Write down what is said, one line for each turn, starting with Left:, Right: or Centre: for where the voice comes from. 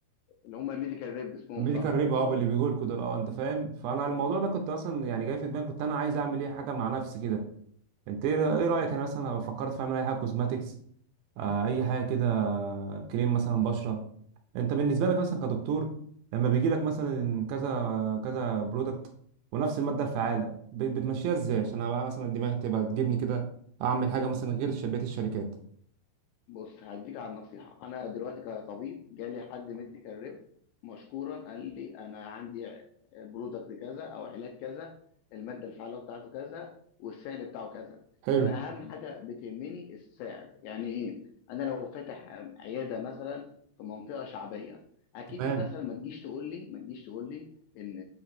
Left: اللي هم الميديكال ريب اسمهم
Right: ميديكال
Left: صح
Right: ريب اه اللي بيقول كده اه انت فاهم فانا الموضوع ده كنت اصلا يعني جاي في دماغي كنت انا عايز اعمل ايه حاجه مع نفسي كده انت ايه إيه رايك انا مثلا لو فكرت في اعمل اي حاجه كوزماتيكس آه، اي حاجه كده كريم مثلا بشره انت بالنسبه لك مثلا كدكتور لما بيجي لك مثلا كذا كذا برودكت ونفس الماده الفعاله ب- بتمشيها ازاي عشان انا بقى مثلا دماغي تبقى تجيبني كده اعمل حاجه مثلا غير الش- بقيه الشركات
Left: بص هديك على النصيحة أنا دلوقتي كطبيب جالي حد ميديكال ريب مشكورا قال لي أنا عندي برودكت كذا أو علاج كذا المادة الفعالة بتاعته كذا والسعر بتاعه كذا
Right: حلو
Left: أنا أهم حاجة بتهمني السعر يعني إيه أنا لو فاتح عيادة مثلا في منطقة شعبية أكيد
Right: تمام
Left: مثلا ما تجيش تقول لي ما تجيش تقول لي إن